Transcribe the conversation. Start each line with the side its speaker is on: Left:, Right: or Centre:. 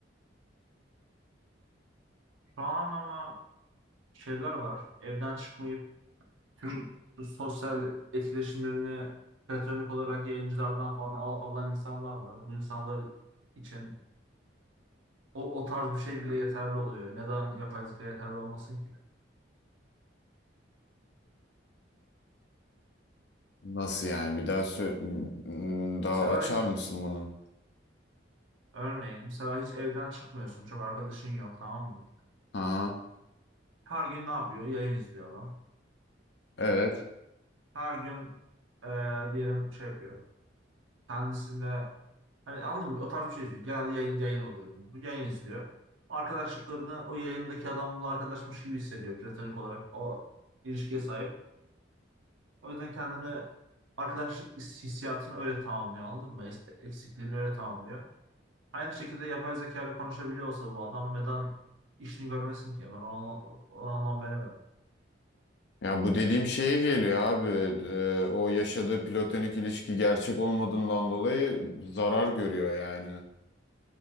Right: Şu an ama şeyler var. Evden çıkmayıp tüm bu sosyal etkileşimlerini platonik olarak yayıncılardan falan al- alan insanlar var. Bu insanlar için O, o tarz bir şey bile yeterli oluyor. Neden yapay zeka yeterli olmasın ki?
Left: Nasıl yani? Bir daha sö- m- daha
Right: Mesela
Left: açar
Right: hiç
Left: mısın bunu?
Right: örneğin mesela hiç evden çıkmıyorsun. Çok arkadaşın yok tamam mı?
Left: Aha,
Right: Her gün ne yapıyor? Yayın izliyor adam.
Left: evet.
Right: Her gün eee, diyelim şey yapıyor. Kendisinde hani anladın mı? O tarz bir şey izliyor. Genelde yayın, yayın oluyor bunun. Bu yayın izliyor. Arkadaşlıklarını o yayındaki adamla arkadaşmış gibi hissediyor. Platonik olarak o ilişkiye sahip. O yüzden kendini arkadaşlık his- hissiyatını öyle tamamlıyor anladın mı? Es- Eksikliğini öyle tamamlıyor. Aynı şekilde yapay zeka ile konuşabiliyor olsa bu adam neden işini görmesin ki? Ben o, anla- o anlam veremem.
Left: Ya bu dediğim şeye geliyor abi. Ee, o yaşadığı platonik ilişki gerçek olmadığından dolayı zarar görüyor yani.